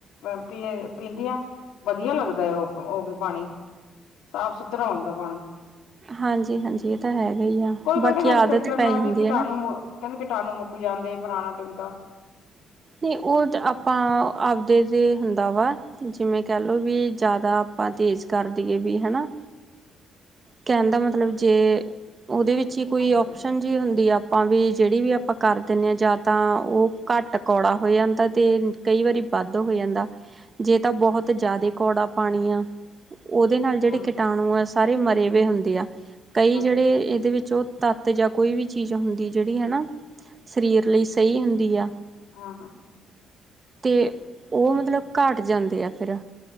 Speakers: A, on the left; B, on the right.
A: ਅ ਪੀ ਅ ਪੀਂਦੀ ਆ। ਬਧੀਆ ਲੱਗਦਾ ਏ ਓ ਪ ਓ ਬੀ ਪਾਣੀ, ਸਾਫ-ਸੁਥਰਾ ਹੋਂਦਾ ਪਾਣੀ।
B: ਹਾਂਜੀ -ਹਾਂਜੀ, ਇਹ ਤਾਂ ਹੈਗਾ ਹੀ ਆ,
A: ਕੋਈ-ਕੋਈ
B: ਬਾਕੀ
A: ਕਹਿੰਦਾ
B: ਆਦਤ
A: ਫਿਲਟਰ
B: ਪੈ
A: ਨਾਲ
B: ਜਾਂਦੀ
A: ਵੀ ਕੀਟਾਣੂ
B: ਹੈ, ਨਾ।
A: ਕਹਿੰਦੇ, ਕੀਟਾਣੂ ਮੁੱਕ ਜਾਂਦੇ, ਪੁਰਾਣਾ ਠਿੰਮਕਾ।
B: ਨਹੀਂ, ਉਹ ਤੇ ਆਪਾਂ, ਆਪਦੇ ਤੇ ਹੁੰਦਾ ਵਾ ਜਿਵੇਂ, ਕਹਿ ਲਉ, ਵੀ ਜ਼ਿਆਦਾ ਆਪਾਂ ਤੇਜ਼ ਕਰ ਦੇਈਏ ਵੀ, ਹਨਾਂ। ਕਹਿਣ ਦਾ, ਮਤਲਬ ਜੇ ਉਹਦੇ ਵਿੱਚ ਕਿ, ਕੋਈ
A: ਅੱਛਾ
B: ਓਪਸ਼ਨ ਜਿਹੀ ਹੁੰਦੀ, ਆਪਾਂ ਵੀ ਜਿਹੜੀ ਵੀ ਆਪਾਂ ਕਰ ਦਿੰਦੇ ਹਾਂ, ਜਾਂ ਤਾਂ ਉਹ ਘੱਟ ਕੌੜਾ ਹੋ ਜਾਂਦਾ ਤੇ, ਕਈ ਵਾਰੀ ਵੱਧ ਹੋ ਜਾਂਦਾ। ਜੇ ਤਾਂ, ਬਹੁਤ ਜ਼ਿਆਦਾ ਕੌੜਾ ਪਾਣੀ ਆ ਉਹਦੇ ਨਾਲ, ਜਿਹੜੇ
A: ਹਾਂ
B: ਕੀਟਾਣੂ ਆ, ਸਾਰੇ ਮਰੇ ਵੇ ਹੋਏ ਹੁੰਦੇ ਆ। ਕਈ
A: ਅੱਛਾ
B: ਜਿਹੜੇ ਇਹਦੇ ਵਿੱਚ ਉਹ ਤੱਤ, ਜਾਂ ਕੋਈ ਵੀ ਚੀਜ਼ ਹੁੰਦੀ, ਜਿਹੜੀ ਹੈ ਨਾ, ਸਰੀਰ ਲਈ ਸਹੀ ਹੁੰਦੀ ਆ।
A: ਹਾਂ-ਹਾਂ
B: ਤੇ, ਉਹ ਮਤਲਬ ਘੱਟ ਜਾਂਦੇ ਆ ਫਿਰ,